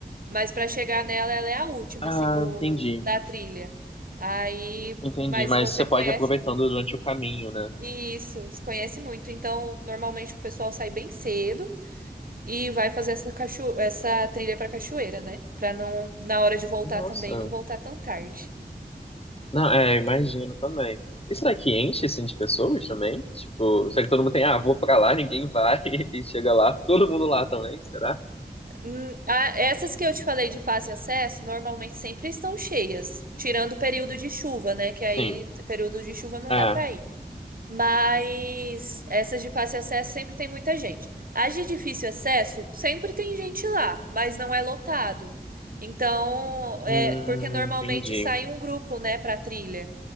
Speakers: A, on the right (about 60°); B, on the left (about 35°).
A: Mas para chegar nela, ela é a última,
B: Ah,
A: assim, do,
B: entendi.
A: da trilha. Aí,
B: Entendi.
A: mas
B: Mas
A: você
B: você
A: conhece
B: pode ir aproveitando durante o caminho, né?
A: isso, conhece muito. Então, normalmente o pessoal sai bem cedo e vai fazer essa, cacho... essa trilha pra cachoeira, né? Pra não, na hora de voltar
B: Nossa.
A: também, não voltar tão tarde.
B: Não, é, imagino também. Isso daqui enche, assim, de pessoas também? Tipo, será que todo mundo tem, ah, vou pra lá, ninguém vai <laughs> e chega lá, todo mundo lá também, será?
A: Hum, a- essas que eu te falei de fácil acesso, normalmente sempre estão cheias, tirando o período de chuva, né? Que aí,
B: Sim.
A: período de chuva não
B: É.
A: dá pra ir. Mas essas de fácil acesso sempre tem muita gente. As de difícil acesso, sempre tem gente lá, mas não é lotado. Então, é
B: Hum,
A: porque normalmente
B: entendi.
A: sai um grupo, né, pra trilha.